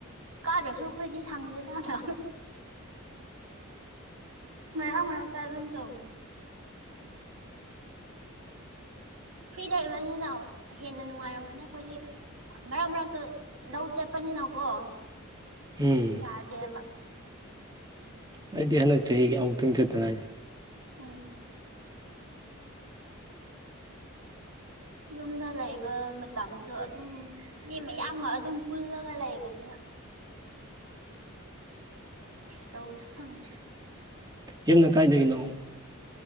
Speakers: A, on the right; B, on the right.
A: ꯀꯥꯗ꯭ꯔꯁꯨ ꯑꯈꯣꯏꯗꯤ ꯁꯪꯗꯦꯗꯥ ꯃꯔꯛ ꯃꯔꯛꯇ ꯑꯗꯨꯝ ꯇꯧꯕꯅꯤ ꯐ꯭ꯔꯤ ꯂꯩꯕꯅꯤꯅ ꯍꯦꯟꯅ ꯅꯨꯡꯉꯥꯏꯔꯝꯒꯅꯤ ꯑꯩꯈꯣꯏꯗꯤ ꯃꯔꯛ ꯃꯔꯛꯇ ꯂꯧ ꯆꯠꯄꯅꯤꯅꯀꯣ
B: ꯎꯝ
A: ꯌꯥꯗꯦꯕ
B: ꯑꯩꯗꯤ ꯍꯟꯗꯛ ꯆꯍꯤꯒꯤ ꯑꯃꯨꯛꯇꯪ ꯆꯠꯇ ꯉꯥꯏꯔꯤ
A: ꯎꯝ ꯌꯨꯝꯗ ꯂꯩꯕ ꯃꯇꯝꯖꯨ ꯑꯗꯨꯝ ꯃꯤ ꯃꯌꯥꯝꯒ ꯑꯗꯨꯝ ꯄꯨꯜꯂꯒ ꯂꯩꯕꯅꯤꯅ ꯇꯧꯕꯁꯨ ꯐꯪꯗꯦ
B: ꯌꯨꯝꯅ ꯀꯥꯏꯗꯒꯤꯅꯣ